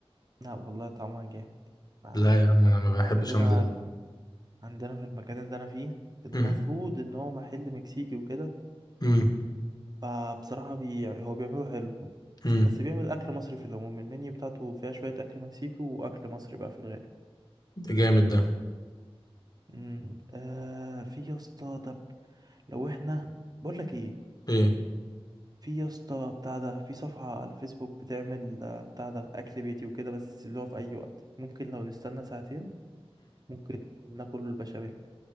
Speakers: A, on the right (about 40°); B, on the left (about 40°).
A: لا والله طعمها جامد ما-
B: لا يا عم انا ما بحبش
A: عندنا
B: انا ده
A: عندنا في المكان اللي انا فيه المفروض
B: امم
A: ان هو محل مكسيكي وكده
B: امم
A: فبصراحة بي... هو بيعمله حلو
B: امم
A: بس بيعمل أكل مصري في العموم المنيو بتاعته فيها شوية أكل مكسيكي وأكل مصري بقى في الغالب
B: جامد ده
A: امم آه في يا اسطى طب لو احنا بقول لك ايه
B: ايه
A: في يا اسطى بتاع ده في صفحة على الفيسبوك بتعمل آه، بتاع ده أكل بيتي وكده بس اللي هو في أي وقت ممكن لو نستنى ساعتين ممكن ناكل بشاميل